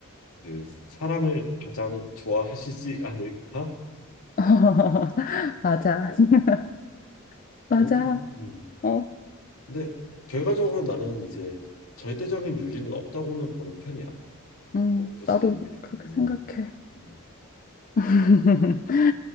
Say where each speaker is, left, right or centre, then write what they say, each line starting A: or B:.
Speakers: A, on the left (about 80°); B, on the left (about 40°).
A: 그 사랑을 가장 좋아하시지 않을까?
B: <laughs> 맞아. <laughs> 맞아.
A: 아무튼 음.
B: 어,
A: 근데 결과적으로 나는 이제 절대적인 유리는 없다고는 보는 편이야.
B: 응,
A: 뭐 굳이
B: 나도
A: 얘기를 하자면은.
B: 그렇게 생각해.
A: 음.
B: <laughs>